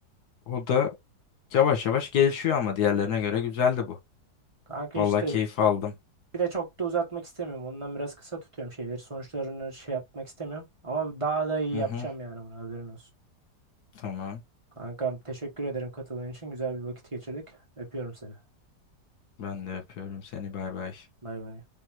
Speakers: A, on the left; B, on the right.
A: O da yavaş yavaş gelişiyor ama diğerlerine göre güzeldi bu.
B: Kanka
A: Valla
B: işte
A: keyif aldım.
B: bir de çok da uzatmak istemiyorum. Ondan biraz kısa tutuyorum şeyleri. Sonuçlarını şey yapmak istemiyorum. Ama daha da iyi
A: Hı
B: yapacağım
A: hı.
B: yani bunu haberin olsun.
A: Tamam.
B: Kankam teşekkür ederim katıldığın için. Güzel bir vakit geçirdik. Öpüyorum seni.
A: Ben de yapıyorum seni. Bay bay.
B: Bay bay.